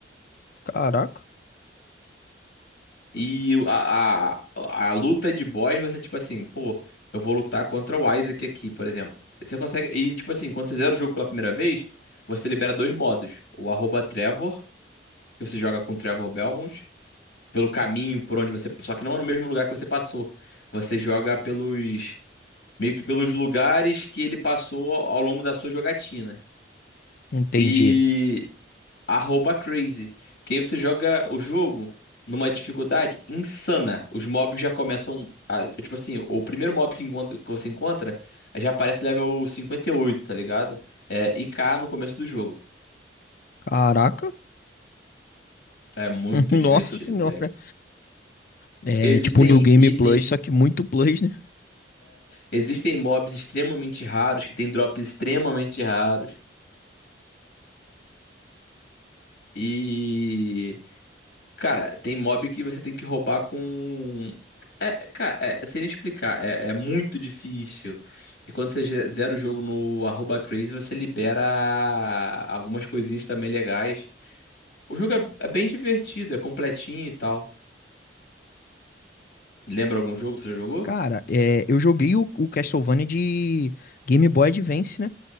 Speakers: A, on the left; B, on the left.
A: Caraca.
B: E o- a, a, a luta de boss, você, tipo assim, pô, eu vou lutar contra o Isaac aqui, por exemplo. Você consegue. E, tipo assim, quando você zera o jogo pela primeira vez, você libera dois modos: o arroba Trevor, que você joga com o Trevor Belmont. pelo caminho por onde você. Só que não é no mesmo lugar que você passou. Você joga pelos. Meio que pelos lugares que ele passou ao ao longo da sua jogatina.
A: Entendi.
B: E. Arroba Crazy. Que aí você joga o jogo numa dificuldade insana. Os mobs já começam. a- tipo assim, o primeiro mob que, encontra- que você encontra já aparece level 58, tá ligado? É, I k no começo do jogo.
A: Caraca.
B: É muito
A: <laughs> Nossa
B: divertido,
A: senhora.
B: moleque.
A: É
B: Existem
A: tipo New Game
B: itens
A: Plus, só que muito Plus, né?
B: Existem mobs extremamente raros, que tem drops extremamente raros. E, cara, tem mob que você tem que roubar com. É, cara, é, sem explicar, é, é muito difícil. E quando você ze- zera o jogo no arroba crazy, você libera algumas coisinhas também legais. O jogo é, é bem divertido, é completinho e tal. Lembra algum jogo que você já jogou?
A: Cara, é, eu joguei o, o Castlevania de Game Boy Advance, né?